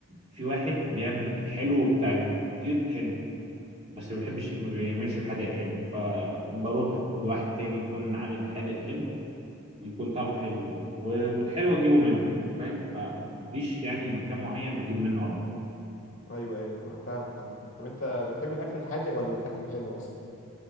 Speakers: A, on the right (about 30°); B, on the left (about 35°).
A: في واحد بيعمل الحلو بتاع الفطير حلو بس ما بحبش ما بيعملش الحادق حلو فبروح لواحد تاني يكون عامل حادق حلو يكون طعمه حلو يعني و- والحلو اجيبه منه فاهم فمفيش
B: مم.
A: يعني مكان معين بجيب منه على طول
B: ايوه ايوه فاهمك عامة طب انت بتحب الاكل الحادق ولا الاكل الحلو اصلا